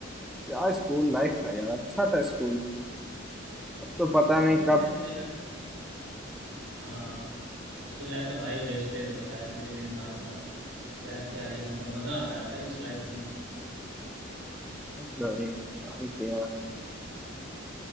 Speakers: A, in the centre; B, on the right.
A: क्या स्कूल लाइफ था यार अच्छा था स्कूल अब तो पता नहीं
B: स्कूल
A: कब
B: लाइफ तो यार हाँ स्कूल लाइफ तो भाई बेस्ट फेज होता है किसी भी इंसान का यार क्या ही मतलब मजा आता है भाई उस लाइफ में
A: गए क्या ही किया